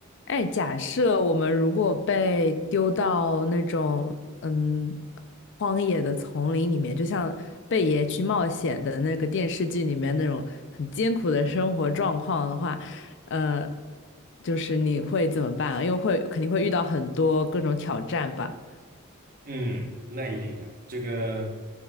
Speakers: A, on the left; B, on the right.
A: 哎，假设我们如果被丢到那种嗯荒野的丛林里面，就像《贝爷去冒险》的那个电视剧里面那种很艰苦的生活状况的话，呃，就是你会怎么办啊？因为会肯定会遇到很多各种挑战吧。
B: 嗯，那一定的，这个